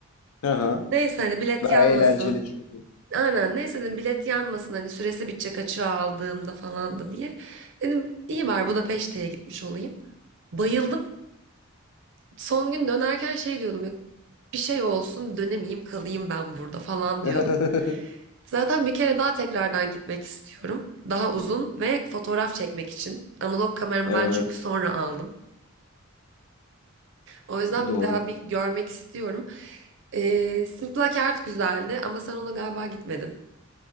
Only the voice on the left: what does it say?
Aha.
Daha
eğlenceli çünkü.
<laughs>
Evet.
Doğru.